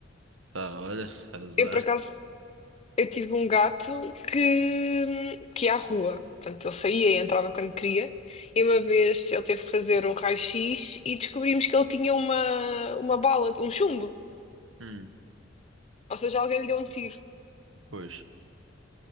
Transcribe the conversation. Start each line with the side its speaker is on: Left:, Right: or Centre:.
Right: Ah, olha, azar.
Left: Eu, por acaso, eu tive um gato que, que ia à rua. Portanto, ele saía e entrava quando queria. E uma vez ele teve que fazer um raio-x e descobrimos que ele tinha uma, uma bala, um chumbo.
Right: Hum,
Left: Ou seja, alguém lhe deu um tiro.
Right: pois.